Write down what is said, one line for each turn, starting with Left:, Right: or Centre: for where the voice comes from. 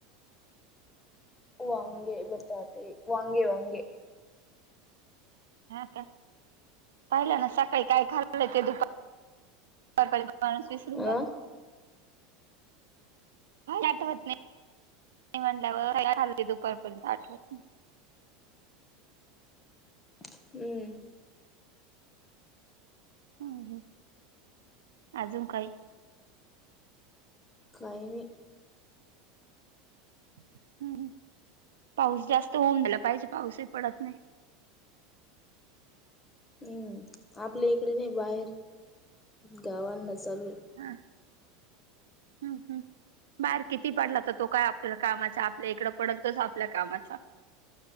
Left: वांगे बटाटे वांगे वांगे
Right: हा का पाहिलं ना सकाळी काय खाल्लं ते दुपार माणूस विसरून
Left: अ
Right: जातो आठवत नाही म्हटल्या खा दुपारपर्यंत आठवत नाही
Left: हम्म
Right: हम्म हम् अजून काही
Left: काही नाही
Right: हम्म पाऊस जास्त होंडला पाहिजे पाऊसही पडत नाही
Left: हम्म आपल्या इकडे नाही बाहेर गावांना चालू आहे
Right: हा हम्म हम्म बाहेर किती पडला तर तो काय आपल्या कामाचा आपल्या इकडं पडल तच आपल्या कामाचा